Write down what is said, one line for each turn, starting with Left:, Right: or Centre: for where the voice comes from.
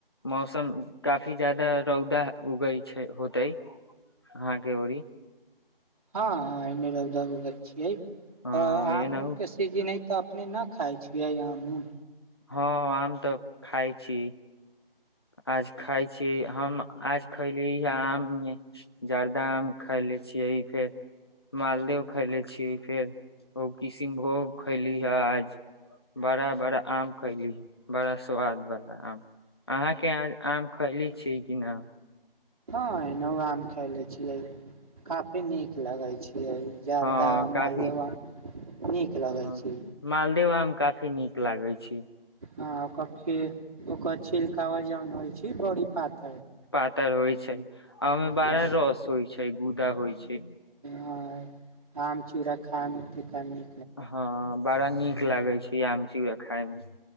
Left: मौसम काफी जाादा रौदा उगै छै होते अहाँके ओरीी
Right: हँ हँ पानमे रौद उगै छियै
Left: हँ
Right: अ आम
Left: एनाहु
Right: उम के सीजन ह तऽ अपने नहि खाइ छियै आम उ
Left: हँ आम तऽ खइ छी आज खाइ छी हम आज खयली हे आममे जर्दा आम खए ले छियै फेर मालदे खाय ले छीियै फेर ओ किशनभोग खयली हे आज बड़ा बड़ा आम खयलीहे बड़ा सआादवला आम अहाँके आम खैली छी कि न
Right: हँ ए आाम खले छियै काफी नीक लगे छै जदा
Left: हँ काफी
Right: मालदेव नीक
Left: ह
Right: लगै छै
Left: मालदेव आम काफी नीक लागे छै
Right: ह ओी ओ छिलकावा जौन होइ छै बड़ी पात
Left: पातर होइ छै आ ओहिमे बड़ा
Right: हँ
Left: रस होइ छै गुदाा होइ छै
Right: ह आम चिड़ा खा मिठ कहनी
Left: हँ बड़ा नीक लागे छै इ खची र खाइमे